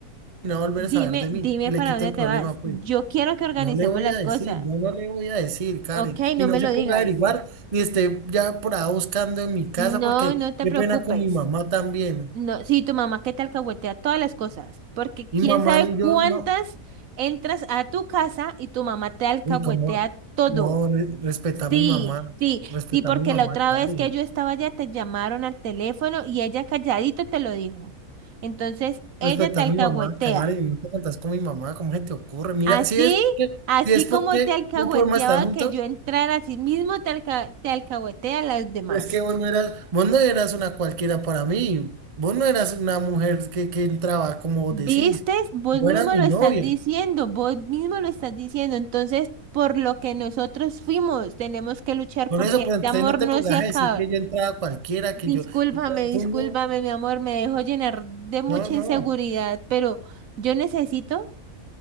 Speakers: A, on the right; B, on the right.
A: y no va a volver
B: Dime,
A: a saber de mí
B: dime
A: y
B: para
A: le quito
B: dónde
A: el problema,
B: te vas.
A: pues.
B: Yo quiero que organicemos
A: No le voy
B: las
A: a decir,
B: cosas.
A: yo no le voy a decir, Karen.
B: Ok, no
A: Y no
B: me
A: se
B: lo
A: ponga
B: digas.
A: a averiguar ni esté ya por ahí buscando en mi casa
B: No,
A: porque
B: no te
A: qué
B: preocupes.
A: pena con mi mamá también.
B: No, sí, tu mamá que te alcahuetea todas las cosas, porque
A: Mi
B: quién
A: mamá,
B: sabe
A: ni
B: cuántas
A: yo no.
B: entras a tu casa y tu mamá te alcahuetea
A: Y como,
B: todo.
A: no, re- respeta a
B: Sí,
A: mi mamá,
B: sí,
A: respeta
B: sí, porque
A: a mi mamá,
B: la otra
A: Karen.
B: vez que yo estaba allá te llamaron al teléfono y ella calladito te lo dijo. Entonces, ella
A: Respeta
B: te alcahuetea.
A: a mi mamá, Karen. No te metas con mi mamá, ¿cómo se te ocurre? Mira,
B: Así,
A: si es porque,
B: así
A: si es porque
B: como te alcahueteaba
A: no podemos estar juntos.
B: que yo entrara, así mismo te alca- te alcahuetea a las demás.
A: Pero es que vos no eras, vos no eras una cualquiera para mí. Vos no eras una mujer que, que entraba, como vos
B: ¿Viste?
A: decís.
B: Vos
A: Vos
B: mismo
A: eras mi
B: lo estás
A: novia.
B: diciendo, vos mismo lo estás diciendo. Entonces, por lo que nosotros fuimos, tenemos que luchar
A: Por
B: porque
A: eso, pues
B: este
A: entonces
B: amor
A: no te
B: no
A: pongas
B: se acaba.
A: a decir que yo entraba cualquiera,
B: Discúlpame,
A: que yo.
B: discúlpame,
A: tú no,
B: mi amor, me dejo llenar de mucha
A: no, no.
B: inseguridad, pero yo necesito